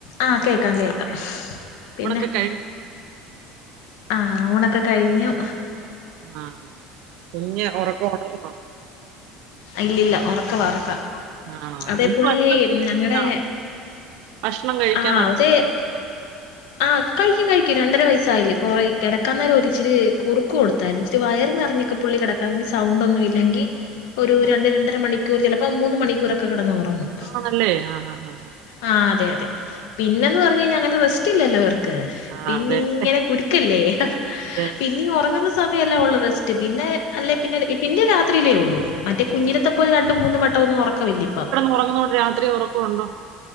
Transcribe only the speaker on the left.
ആഹ് കേക്കാം കേക്കാം. പിന്നെ
ആഹ് ഊണൊക്കെ കഴിഞ്ഞു.
ഇല്ലല്ല ഉറക്ക ഉറക്ക
അതേ
പുള്ളി
ഞങ്ങടെ
ആഹ്
അതെ ആഹ് കഴിക്കും കഴിക്കും രണ്ടര വയസ്സായില്ലേ കു കിടക്കാന്നരം ഒരിച്ചിരി കുറു കൊടുത്തായിരുന്നു ഇച്ചിരി വയർ നിറഞ്ഞൊക്കെ പുള്ളി കിടക്കാ സൗണ്ട് ഒന്നും ഇല്ലെങ്കി
ഒരു രണ്ട രണ്ടര മണി കൂർ ചിലപ്പോ മൂന്ന് മണിക്കൂറൊക്കെ കിടന്ന്റങ്ങും
ആഹ് അതെ അതെ പിന്നന്ന് പറഞ്ഞഴിഞ്ഞാ അങ്ങനെ റെസ്റ്റ് ഇല്ലല്ലോ ഇവർ ക്ക്‌
പിന്നങ്ങനെ
കുരുക്കല്ലേ
പിന്നീ ഉറങ്ങുന്ന സ് സമയല്ലേ ഉള്ളത്‌ റെസ്റ്റ് പിന്നെ അല്ലെ പിന്നെ പിന്നെ രാത്രിയിലേ ഉള്ളൂ. മറ്റേ കുഞ്ഞിനത്തെ പോലെ രണ്ടു മൂന്ന് വട്ടം ഒന്നും ഉറക്കമില്ല ഇപ്പം.